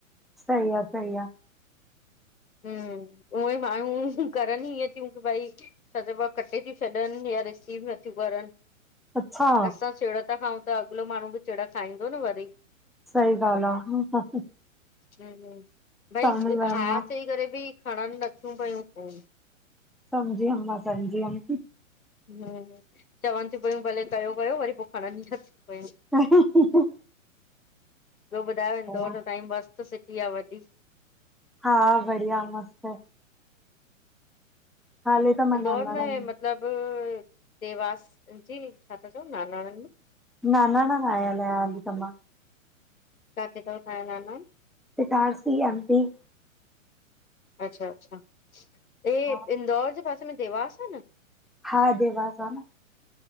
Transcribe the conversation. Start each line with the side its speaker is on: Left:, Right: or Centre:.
Centre: सही आ - सही आ
Left: हम्म, उहोई मायूं करनि ई इयें तियूं की भई छा चएबो आ कटे तियूं छॾनि या रिसीव नथियूं करनि
Centre: अच्छा
Left: असां चिड़ ता खाऊं त अॻिलो माण्हूं बि चिड़ खाईंदो न वरी।
Centre: सही ॻाल्हि आ
Left: हुं भई
Centre: समझ वयम
Left: हा
Centre: मां
Left: चई करे बि खणनि नथियूं पयूं फोन
Centre: समझी यम मां समझी व्यम।
Left: हम्म, चवनि तियूं पयूं भले कयो -कयो वरी पो खणनि नथियूं पयूं
Centre: हा हंसने की आवाज़
Left: ॿियो ॿुधायो, इंदौर
Centre: आ
Left: त तांहियी मस्तु सिटी आ वॾी।
Centre: हा बढ़िया मस्त हाली त मां
Left: इंदौर
Centre: नानाणा
Left: में मत मतलबु, देवास जी छा था चओ नांनांणनि में
Centre: नानाणन आयल आहियां हाली त मां।
Left: काथे तव तहां या नानाणा?
Centre: Itarsi M P.
Left: अच्छा -अच्छा हे
Centre: हा
Left: इंदौर जे पासे में देवास आ न?
Centre: हा देवास आ न।